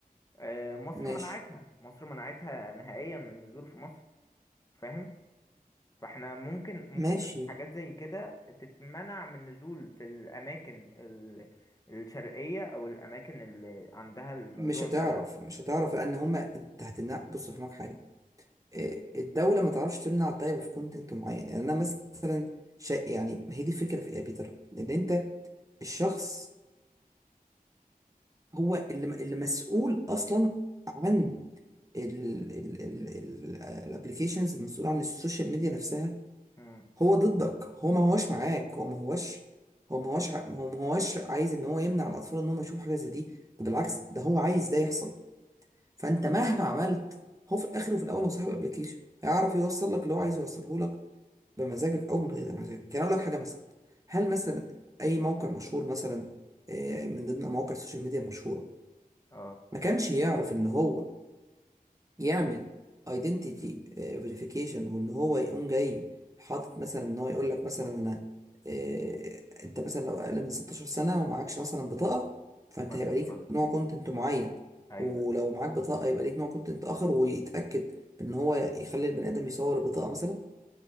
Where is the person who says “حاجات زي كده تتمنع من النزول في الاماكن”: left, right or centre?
Left